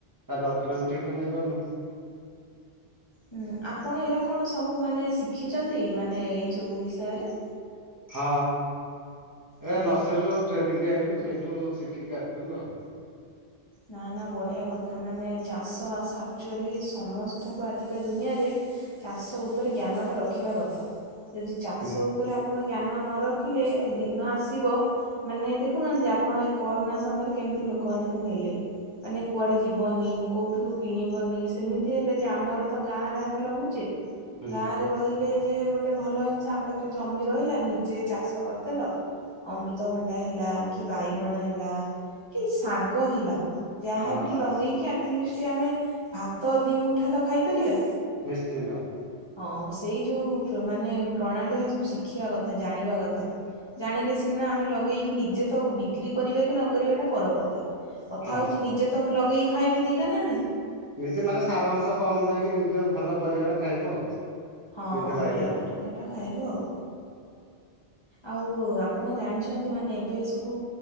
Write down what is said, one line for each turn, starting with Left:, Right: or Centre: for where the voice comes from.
Right: ତା ଯତ୍ନ ବି ଠିକରେ ନେଇପାରୁନୁ।
Left: ହୁଁ ଆପଣ ଏରା କଣ ସବୁ ମାନେ ଶିଖିଛନ୍ତି ମାନେ ଏଇ ସବୁ ବିଷୟରେ?
Right: ହଁ
Left: ହଁ।
Right: ଏ ନର୍ସରୀରୁ ଟ୍ରେନିଂ ଯାଇଥିଲୁ ସେଇଠୁ ଶିଖିକି ଆସିଥିଲୁ ଆଉ।
Left: ନା ନା ବଢିଆ କଥା ମାନେ ଚାଷ ବାସ ଆକ୍ଚୁଆଲି ସମସ୍ତଙ୍କୁ ଆଜିକା ଦୁନିଆରେ। ଚାଷ ଉପରେ ଜ୍ଞାନଟା ରଖିବା କଥା ଯଦି ଚାଷ
Right: ହଁ
Left: ଉ ପରେ ଆପଣ ଜ୍ଞାନ ନ ରଖିଲେ ଦିନ ଆସିବ। ମାନେ ଦେଖୁନାହାନ୍ତି ଆପଣ ଏଇ କରୋନା ସମୟରେ କେମତି ଲୋକମାନେ ସବୁ ହେଲେ। ମାନେ କୁଆଡେ ଯିବନି। କୋଉଠୁ କିଣିବନି ସେମିତି ହେଲେ ଯେ ଆମର ତ ଗାଁରେ ଆମେ ରହୁଚେ।
Right: ହୁଁ
Left: ଗାଁରେ ରହିଲେ ଯେ ଗୋଟେ ଭଲ ଜିନିଷ ଆମ ପାଖରେ ଜମି ରହିଲା ନିଜେ ଚାଷ କରିଦେଲ। ଅମୃତଭଣ୍ଡା ହେଲା କି ବାଇଗଣ ହେଲା କି ଶାଗ ହେଲା। ଯାହାବି
Right: ହଁ
Left: ଟିକେ
Right: ବାସ୍
Left: ଲଗେଇକି ଆଟଲିଷ୍ଟ ଆମେ ଭାତ ଦି ମୁଠା ତ ଖାଇପାରିବା।
Right: ନିଶ୍ଚିନ୍ତ।
Left: ହଁ ସେଇ ଯୋଉ ମାନେ ପ୍ରଣାଳୀରା ସବୁ ଶିଖିବା କଥା ଜାଣିବା କଥା। ଜାଣିଲେ ସିନା ଆମେ ଲଗେଇକି ନିଜେ ତ ବିକ୍ରି କରିବା କି ନକରିବା ଏଟା ପର କଥା। କଥା
Right: ହଁ।
Left: ହଉଛି ନିଜେ ତ ମୁଁ ଲଗେଇକି ଖାଇବି ଦିଇଟା ନା ନାଇଁ।
Right: ନିଜେ ମାନେ ସାର ଅଂଶ କମ ଦେଇକି ନିଜେ ଭଲ ପରିବାଟା ଖାଇବ ଆଉ।
Left: ହଁ
Right: ନିଜ ବାଇରେ
Left: ଭଲ
Right: ଆଉ।
Left: ପରିବାଟା ଖାଇବ ଆଉ। ଆଉ ଆପଣ ଜାଣିଛନ୍ତି ମାନେ ଏବେ ସବୁ।